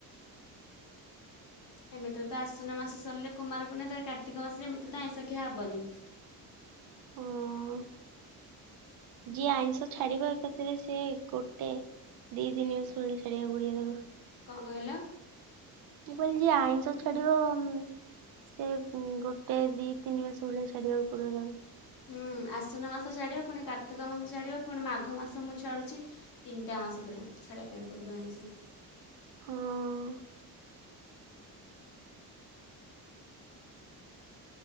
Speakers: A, on the left (about 60°); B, on the right (about 65°).
A: ଏମିତିରେ ତ ଆଶ୍ୱିନ ମାସ ସରିଲେ କୁମାରପୂର୍ଣ୍ଣିମା, ଧର କାର୍ତ୍ତିକ ମାସରେ ଏମିତିରେ ତ ଆଇଁଷ ଖିଆ ହବନି।
B: ହଁ-ଅଁ ଯିଏ ଆଇଁଷ ଛାଡିବ ଏକାଥରେ ସିଏ ଗୋଟେ, ଦି ତିନି ମାସ୍ ଭଳି ଛାଡିବାକୁ ପଡିବ ତାକୁ!
A: କଣ କହିଲ?
B: ମୁଁ କହିଲି ଯିଏ ଆଇଁଷ ଛଡିବ, ଉଁ ସେ ଗୋଟେ ଦି ତିନି ମାସ ଭଳିଆ ଛାଡ଼ିବାକୁ ପଡ଼ିବ ତାଙ୍କ୍
A: ହୁଁ, ଆଶିନ ମାସ ଛାଡ଼ିବ, ପୁଣି କାର୍ତ୍ତିକ ମାସ ଛାଡ଼ିବ, ପୁଣି ମାଘ ମାସ ମୁଁ ଛାଡ଼ୁଛି। ତିନିଟା ମାସ ପୁରା ଛାଡ଼ିବା ପାଇଁ ପଡ଼ିବ ଆଇଁଷ।
B: ହୁଁ।